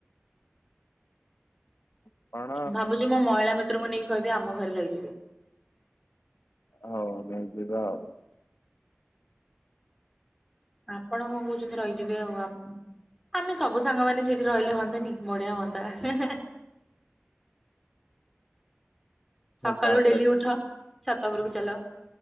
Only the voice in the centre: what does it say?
ଭାବୁଛି ମୋ ମହିଳା ମିତ୍ରଙ୍କୁ ନେଇକି କହିବି ଆମ ଘରେ ରହିଯିବେ।
ଆପଣ କଣ କହୁଛନ୍ତି ରହିଯିବେ ଆଉ ଆମେ ସବୁ ସାଙ୍ଗମାନେ ସେଠି ରହିଲେ ହୁଅନ୍ତାନି ବଢିଆ ହୁଅନ୍ତା। ହାଁ ହାଁ ସକାଳୁ
ଡେଲି ଉଠ ଛାତ ଉପରକୁ ଚାଲ